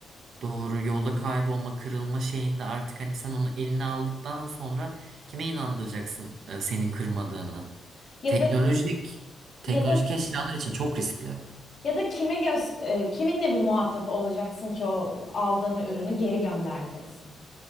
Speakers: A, on the right; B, on the left.
A: Doğru yolda kaybolma, kırılma şeyinde artık hani sen onu eline aldıktan sonra kime inandıracaksın e, senin kırmadığını?
B: Ya
A: Teknolojik,
B: da
A: teknolojik
B: ya da
A: eşyalar için çok riskli.
B: ya da kime göz e, kiminle bir muhatap olacaksın ki o aldığın ürünü geri göndereceksin.